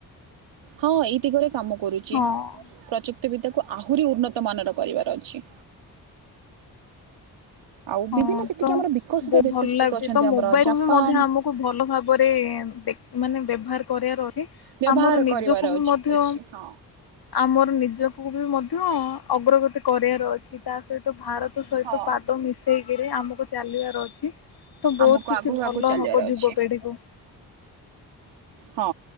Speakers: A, on the right; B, on the left.
A: ହଁ, ଏଇ ଦିଗରେ କାମ କରୁଚି।
B: ହଁ
A: ପ୍ରଯୁକ୍ତ ବିଦ୍ୟାକୁ, ଆହୁରି ଉନ୍ନତ ମାନର କରିବାର ଅଛି। ଆଉ
B: ହଁ।
A: ବିଭିନ୍ନ ଯେତିକି
B: ତ
A: ଆମର ବିକଶିତ
B: ବହୁ
A: ଦେଶ
B: ଭଲ
A: ଯେତିକି
B: ଲାଗୁଛି।
A: ଅଛନ୍ତି
B: ତ ମୋବାଇଲ
A: ଆମର ଜାପାନ
B: ମଧ୍ୟ ଆମକୁ କୁ ଭଲ ଭାବରେ ମାନେ, ବ୍ୟବହାର କରିବାର ଅଛି।
A: ବ୍ୟବହାର
B: ଆମର ନିଜକୁ
A: କରିବାର
B: ବି
A: ଅଛି
B: ମଧ୍ୟ
A: ଅଛି ହଁ
B: ଆମର, ନିଜକୁ ବି ମଧ୍ୟ ଅଗ୍ରଗତି କରିବାର ଅଛି। ତା ସହିତ, ଭାରତ ସହିତ
A: ହଁ
B: ପାଦ ମିଶେଇକିରି ଆମକୁ ଚାଲିବାର ଅଛି। ତ, ବହୁତ
A: ଆମକୁ
B: କିଛି
A: ଆଗକୁ
B: ଭଲ
A: ଆଗକୁ ଚାଲିବାର
B: ହବ
A: ଅଛି
B: ଯୁବପିଢିକୁ।
A: ହଁ।